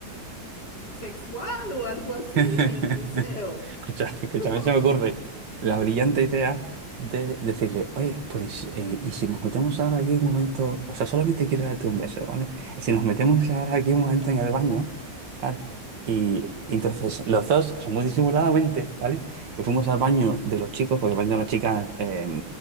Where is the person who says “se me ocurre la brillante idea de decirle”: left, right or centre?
Right